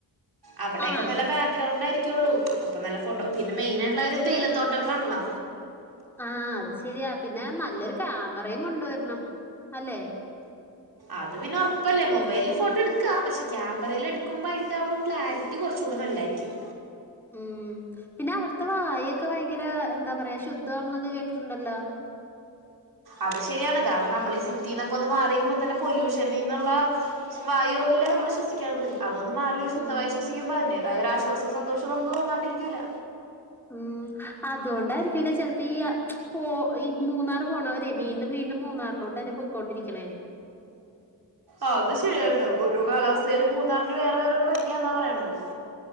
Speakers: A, on the right (about 65°); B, in the centre.
A: അവിടൊക്കെ
B: ആഹ്.
A: നല്ല ബാക്ക്ഗ്രൗണ്ട് ആരിക്കുള്ളൂ അപ്പൊ നല്ല ഫോട്ടോ പിന്നെ മെയിനായിട്ടുള്ള കാര്യം തേയിലത്തോട്ടങ്ങളാണല്ലോ
B: ആഹ് അത് ശരിയാ പിന്നെ നല്ലൊരു കാമറയും കൊണ്ട് വരണം അല്ലെ
A: അത് പിന്നെ ഉറപ്പല്ലേ മൊബൈൽ ഫോട്ടോ എടുക്കാ പക്ഷെ ക്യാമറേലെടുക്കുമ്പ അയിന്റ ഒരു ക്ലാരിറ്റി കുറച്ചൂടെ നല്ലായിരിക്യും
B: ഉം പിന്നെ അവിടുത്തെ വായൊക്കെ ഭയങ്കര എന്താ പറയാ ശുദ്ധന്ന്‌ക്കെ കേട്ടിട്ടുണ്ടല്ലോ
A: അത് ശരിയാണ് കാരണം നമ്മള് ഈ സിറ്റിന്നൊക്കെ ഒന്ന് മാറിക്കുമ്പോ തന്നെ പൊല്യൂഷനിന്നുള്ള ഷ് വായുകല്ലേ നമ്മള് ശ്വസിക്ക്ണത് അതൊന്നു മാറി ഒരു ശുദ്ധവായു
B: ഉം.
A: ശ്വസിക്കുമ്പോ അതിന്റെതായ ഒരു ആശ്വാസവും സന്തോവും നമുക്ക് തോന്നാണ്ടിരിക്കൂല്ല
B: ഉം അതോണ്ടായിരിക്കുല്ലേ ചെലപ്പോ ഈ പോ ഈ മൂന്നാർ പോണോരെ വീണ്ടും വീണ്ടും മൂന്നാർ ളോട്ടെന്നെ പോയികൊണ്ടിരിക്ക്ണേ
A: അത് ശരിയാട്ടോ ഓരോ കാലാവസ്ഥയില് മൂന്നാറിന് വേറെ വേറെരു ഭംഗിയാന്നാ പറയണത്